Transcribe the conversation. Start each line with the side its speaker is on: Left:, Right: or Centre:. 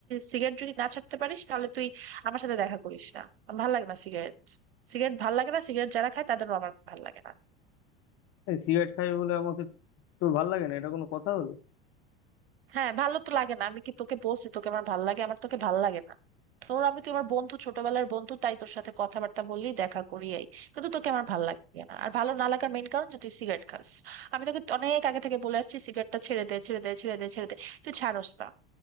Right: সিগারেট যদি না ছাড়তে পারিস তাহলে তুই আমার সাথে দেখা করিস না আমার ভালো লাগে না সিগারেট সিগারেট ভাল লাগে না সিগারেট যারা খায় তাদেরও আমার ভাল লাগে না
Left: এই সিগারেট খাই বলে আমাকে তোর ভাল লাগে না এটা কোনো কথা হলো
Right: হ্যাঁ ভালো তো লাগে না আমি কি তোকে বলছি তোকে আমার ভাল লাগে আমার তোকে ভাল লাগে না তোর আমি তো আমার বন্ধু ছোটবেলার বন্ধু তাই তোর সাথে কথাবার্তা বললি দেখা করি এই কিন্তু তোকে আমার ভাল লাগে না আর ভালো না লাগার মেইন কারণ যে তুই সিগারেট খাস আমি তোকে অনেক আগে থেকে বলে আসছি সিগারেটটা ছেড়ে দে ছেড়ে দে ছেড়ে দে ছেড়ে দে তুই ছাড়স না